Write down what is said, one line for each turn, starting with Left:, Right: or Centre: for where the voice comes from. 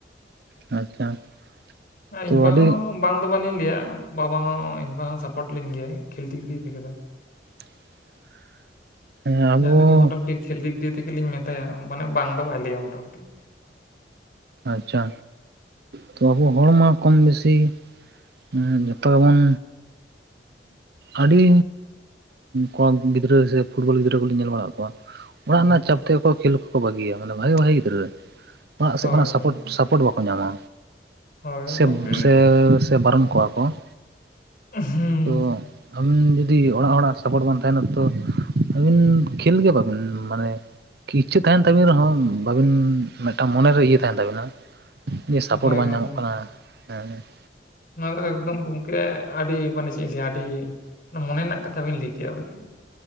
Right: ᱟᱪᱪᱷᱟ
Left: ᱟ
Right: ᱛᱚ
Left: ᱤᱧ ᱵᱟ
Right: ᱟᱹᱰᱤ
Left: ᱦᱚᱸ ᱵᱟᱝ ᱫᱚ ᱵᱟᱹᱞᱤᱧ ᱞᱟᱹᱭᱟ ᱵᱟᱵᱟ ᱦᱚ ᱤᱧ ᱵᱟ ᱦᱚᱸ ᱥᱟᱯᱳᱴ ᱞᱤᱧ ᱜᱮᱭᱟ ᱠᱷᱮᱞ ᱫᱤᱠ ᱫᱤᱭᱮ ᱛᱮ ᱫᱚ ᱾
Right: <inaudible> ᱟᱵᱚ
Left: ᱡᱟᱦᱟ ᱱᱟᱜ ᱜᱮ ᱢᱚᱴᱟᱢᱩᱴᱤ ᱠᱷᱮᱞ ᱫᱤᱠ ᱫᱤᱭᱮ ᱛᱷᱮᱠᱮ ᱞᱤᱧ ᱢᱮᱛᱟᱭᱟ ᱢᱟᱱᱮ ᱵᱟᱝ ᱫᱚ ᱵᱟᱭ ᱞᱟᱹᱭᱟ ᱢᱚᱴᱟᱢᱩᱴᱤ ᱾
Right: ᱟᱪᱪᱷᱟ ᱛᱚ ᱟᱵᱚ ᱦᱚᱲ ᱢᱟ ᱠᱚᱢ ᱵᱮᱥᱤ ᱦᱩᱸ ᱡᱚᱛᱚ ᱜᱮᱵᱚᱱ ᱟᱹᱰᱤ ᱠᱚᱢ ᱜᱤᱫᱽᱨᱟᱹ ᱥᱮ ᱯᱷᱩᱴᱵᱚᱞ ᱜᱤᱫᱽᱨᱟᱹ ᱠᱚᱞᱤᱧ ᱧᱮᱞ ᱵᱟᱲᱟ ᱠᱟᱫ ᱠᱚᱣᱟ ᱾ ᱚᱲᱟᱜ
Left: ᱦᱩᱸ᱾
Right: ᱨᱮᱱᱟᱜ ᱪᱟᱯ ᱛᱮᱜᱮ ᱠᱚ ᱠᱷᱮᱞ ᱠᱚᱠᱚ ᱵᱟᱹᱜᱤᱭᱟ ᱢᱟᱱᱮ ᱵᱷᱟᱜᱮ ᱵᱷᱟᱜᱮ ᱜᱤᱫᱽᱨᱟᱹ ᱚᱲᱟᱜ
Left: ᱦᱳᱭ
Right: ᱥᱮᱫ ᱠᱷᱚᱱᱟᱜ
Left: ᱦᱳᱭ᱾
Right: ᱥᱟᱯᱚᱴ ᱥᱟᱯᱚᱴ ᱵᱟᱠᱚ ᱧᱟᱢᱟ
Left: ᱦᱳᱭ
Right: ᱥᱮᱵ
Left: ᱜᱚᱝᱠᱮ
Right: ᱥᱮ ᱥᱮ ᱵᱟᱨᱚᱱ ᱠᱚᱣᱟ ᱠᱚ ᱾
Left: ᱩᱸ ᱦᱩᱸ
Right: ᱛᱚ
Left: ᱾
Right: ᱟᱹᱵᱤᱱ ᱡᱩᱫᱤ ᱚᱲᱟᱜ ᱦᱚᱲᱟᱜ ᱥᱟᱯᱳᱴ ᱵᱟᱝ ᱛᱟᱦᱮᱱᱟ ᱛᱚ ᱟᱹᱵᱤᱱ ᱠᱷᱮᱞ ᱜᱮ ᱵᱟᱹᱵᱤᱱ ᱢᱟᱱᱮ ᱠᱤ ᱤᱪᱪᱷᱟᱹ ᱛᱟᱦᱮᱱ ᱛᱟᱵᱤᱱ ᱨᱮᱦᱚᱸ ᱵᱟᱵᱤᱱ ᱢᱤᱫᱴᱟᱝ ᱢᱚᱱᱮ ᱨᱮ ᱤᱭᱟᱹ ᱛᱟᱦᱮᱱ ᱛᱟᱵᱤᱱᱟ, ᱡᱮ ᱥᱟᱯᱳᱨᱴ
Left: ᱦᱳᱭ
Right: ᱵᱟᱝ
Left: ᱜᱚᱝᱠᱮ᱾
Right: ᱧᱟᱢᱚᱜ ᱠᱟᱱᱟ ᱦᱮᱸ ᱾
Left: ᱱᱚᱣᱟ ᱫᱚ ᱮᱠᱫᱚᱢ ᱜᱚᱝᱠᱮ ᱟᱹᱰᱤ ᱢᱟᱱᱮ ᱪᱮᱫ ᱤᱧ ᱞᱟᱹᱭᱟ ᱟᱹᱰᱤ ᱢᱚᱱᱮ ᱨᱮᱱᱟᱜ ᱠᱟᱛᱷᱟ ᱵᱤᱱ ᱞᱟᱹᱭ ᱠᱮᱜᱼᱟ ᱵᱤᱱ ᱾